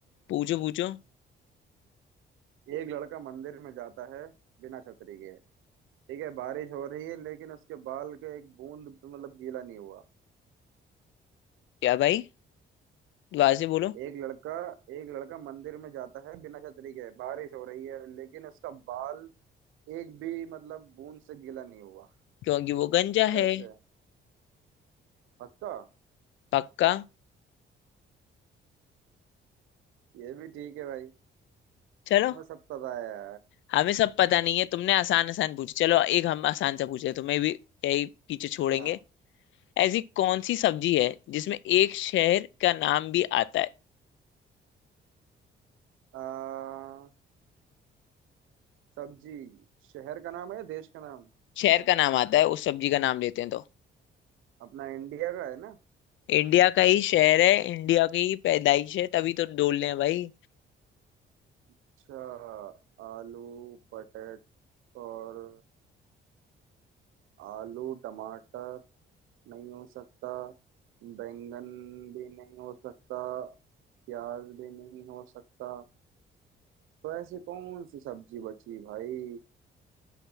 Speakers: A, on the left; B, on the right.
A: पूछो पूछो
B: एक लड़का मंदिर में जाता है बिना छतरी के ठीक है बारिश हो रही है लेकिन उसके बाल का एक बूंद भी मतलब गीला नहीं हुआ
A: क्या भाई वाजी बोलो
B: एक लड़का एक लड़का मंदिर में जाता है बिना छतरी के बारिश हो रही है लेकिन उसका बाल एक भी मतलब बूंद से गीला नहीं हुआ
A: क्योंकि वो गंजा
B: कैसे
A: है
B: पक्का
A: पक्का
B: ये भी ठीक है भाई
A: चलो
B: तुम्हें सब पता है
A: हमें सब पता नहीं है तुमने आसान आसान पूछे चलो एक हम आसान सा पूछे तुम्हें भी यही पीछे छोड़ेंगे
B: हाँ
A: ऐसी कौन सी सब्जी है जिसमें एक शहर का नाम भी आता है
B: आ, सब्जी शहर का नाम है या देश का नाम
A: शहर का नाम आता है उस सब्जी का नाम लेते हैं तो
B: अपना इंडिया का है ना
A: इंडिया का ही शहर है इंडिया की ही पैदाइश है तभी तो डोल रहे हैं भाई
B: अच्छा आलू पटेट और आलू टमाटर नहीं हो सकता बैंगन भी नहीं हो सकता प्याज भी नहीं हो सकता तो ऐसी कौन सी सब्जी बची भाई